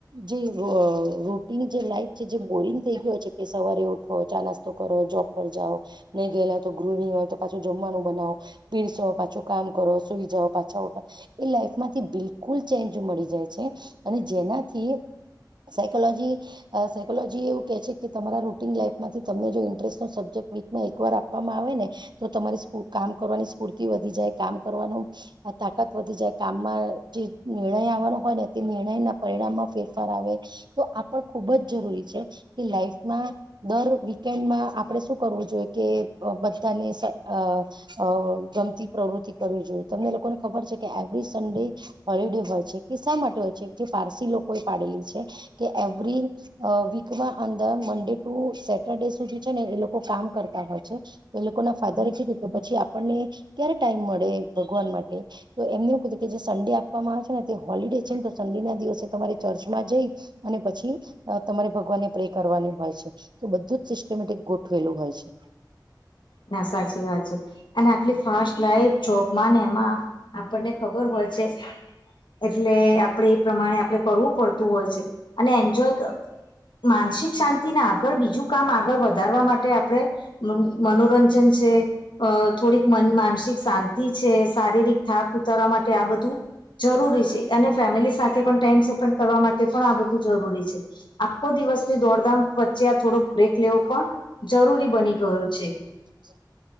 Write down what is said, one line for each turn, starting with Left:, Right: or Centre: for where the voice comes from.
Right: જે અ રોટીન જે લાઈફ છે જે બોરિંગ થ ગયો છે કે સવારે ઉઠો ચા નાસ્તો કરો જોબ પર જાઓ નહીં ગયેલા તો ગૃહણીઓ હોય તો પાછુ જમવા વાનું બનવો પીરસો પાછો કામ કરો સુઈ જાઓ પાછા ઉઠો એ લાઈફમાંથી બિલકુલ ચેન્ગ મળી જાય છે અને જેનાથી સાયકોલોજી અ સાયકોલોજી એવ કે તમારા રૂન લાઈફ માંથી તમને જો ઇન્ટરેસ્ટો સબ્જેક્ટ વીકમાં એક વાર આપવામાં આવે ને તો તમારી કામ કરવાની સ્ફૂર્તિ વધી જાય કામ કરવાનું તાકાત વધી જાય કામમાં જે નિર્ણય આવવાનું હો ને તે નિર્ણયના પરિણામમાં ફેરફાર આવે તો આ પણ ખુબ જ જરૂરી છે લાઈફ મા દર વન્ડમાં આપડણે શું કરવું જોઈએ કે બધાને અ અ ગમતી પ્રવૃતિ કરવી જોઈએ તમને લોકોને ખબર છે કે એવરી સન્ડે હોલિડે હોય છે કે શા માટે હોય છે જે પારસી લોકો પાડે છે કે એવરી અ વીકના અંદર મડે ટુ સેટરડે સુધી છે ને એ લોકો કામ કરતા હોય છે એ લોકો ના ફાધરે જીધી પછી આપણને ક્યારે ટાઈમ મળે ભગવાન માટે તો એમને એવું કધું કે જે સન્ડે આપવામાં આવે છે ને તે હોલિડે છે ને તો સન્ડે ના દિવસે તમારી ચર્ચમાં જઈ અને પછી તમારે ભગવાનને પ્રે કરવાની હોય છે તો બધું જ સિસ્ટમેટિક ગોઠવેલું હોય છે
Left: નાશા છે અને આટલી ફાસ્ટ લાઈફ જોબમાં ને એમાં આપણને ખબર હોય છે એટલે આપડે એ પ્રમાણે આપડે કરવું પડતું હોય છે અને એન્જોય માનસિક શાંતિને આગળ બીજું કામ આગળ વધારવા માટે આપડે મન મનોરંજન છે થોડીક માનસિક શાંતિ છે શારીરિક થાક ઉતારવા માટે આ બધું જરૂરી છે અને ફેમિલી સાથે પણ ટાઈમ સ્પેન્ડ કરવા માટે પણ આ બધ જરી છે આખો દિવસની દોડધામ વચ્ચે આ થોડોક બ્રેક લેવો પણ જરૂરી બની ગયો છે
Right: <inaudible>